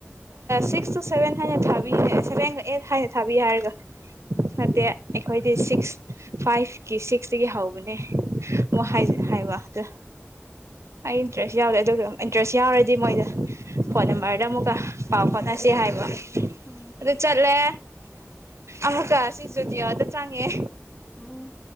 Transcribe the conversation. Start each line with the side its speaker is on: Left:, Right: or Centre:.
Right: ꯁꯤꯛꯁ ꯇꯨ ꯁꯚꯦꯟ ꯍꯥꯏꯅ ꯊꯥꯕꯤ ꯁꯚꯦꯟꯒ ꯑꯩꯠ ꯍꯥꯏꯅ ꯊꯥꯕꯤ ꯍꯥꯏꯔꯒ ꯐꯠꯇꯦ ꯑꯩꯈꯣꯏꯗꯤ ꯁꯤꯛꯁ ꯐꯥꯏꯚꯀꯤ ꯁꯤꯛꯁꯇꯒꯤ ꯍꯧꯕꯅꯦ ꯑꯣ ꯍꯥꯏ
Left: ꯎꯝ
Right: ꯍꯥꯏꯕ ꯑꯗꯨ ꯏꯟꯇ꯭ꯔꯦꯁ ꯌꯥꯎꯗꯦ ꯑꯗꯨꯒ ꯏꯟꯇꯔꯦꯁ ꯌꯥꯎꯔꯗꯤ ꯃꯣꯏꯗ ꯐꯣꯟ ꯅꯝꯕꯔꯗ ꯑꯃꯨꯛꯀ ꯄꯥꯎ ꯈꯣꯠꯅꯁꯤ ꯍꯥꯏꯕ
Left: ꯎꯝ
Right: ꯑꯗꯨꯗ ꯆꯠꯂꯦ ꯑꯃꯨꯛꯀ ꯁꯤꯁꯨ ꯗꯤꯌꯥꯗ ꯆꯪꯉꯦ
Left: ꯎꯝ